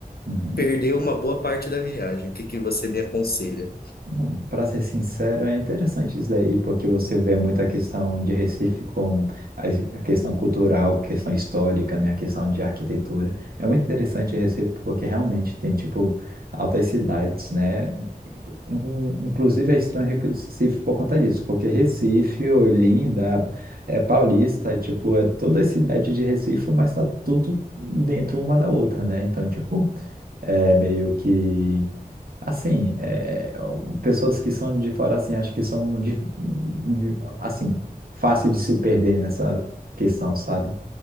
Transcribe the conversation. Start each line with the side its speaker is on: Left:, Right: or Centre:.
Right: Uhum.
Left: perdeu uma boa parte da viagem. O que que você me aconselha?
Right: Bom, Para ser sincero, é interessante isso daí, porque você vê muita questão de Recife como a es- a questão cultural, questão histórica, né, a questão de arquitetura. É muito interessante Recife porque realmente tem tipo altas cidades, né? In- Inclusive é estranho Recife por conta disso, porque Recife, Olinda, é Paulista, tipo, é toda a cidade de Recife, mas tá tudo dentro uma da outra, né? Então, tipo, é meio que Assim, é, pessoas que são de fora, assim, acho que são, dif- de- assim, fácil de se perder nessa questão, sabe?